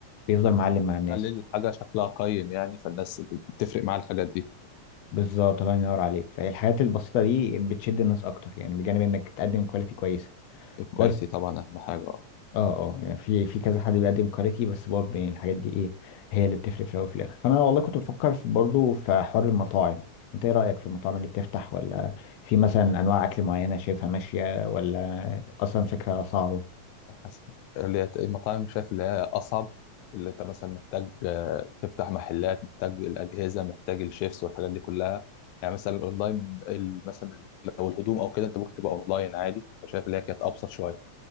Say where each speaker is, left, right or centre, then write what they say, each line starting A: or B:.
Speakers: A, on the left; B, on the left.
A: بيفضل معلم مع الناس
B: خلي الحاجه شكلها قيم يعني فالناس بتفرق معاها الحاجات دي
A: بالظبط الله ينور عليك فالحاجات البسيطة دي بتشد الناس اكتر يعني بجانب انك تقدم كواليتي كويسة
B: الكواليتي
A: بس
B: طبعا اهم حاجه اه
A: اه اه يعني في في كذا حد بيقدم كاريتي بس برضه يعني الحاجات دي ايه هي اللي بتفرق في الاول وفي الاخر فانا والله كنت بفكر في برضه في حوار المطاعم انت ايه رايك في المطاعم اللي بتفتح ولا في مثلا انواع اكل معينه شايفها ماشيه ولا اصلا فكره صعبه
B: حسن اللي هي المطاعم شايف اللي هي اصعب اللي انت مثلا محتاج آه، تفتح محلات محتاج الاجهزه محتاج الشيفس والحاجات دي كلها يعني مثلا الاونلاين ال- مثلا لو الهدوم او كده انت ممكن تبقى اونلاين عادي فشايف اللي هي كانت ابسط شويه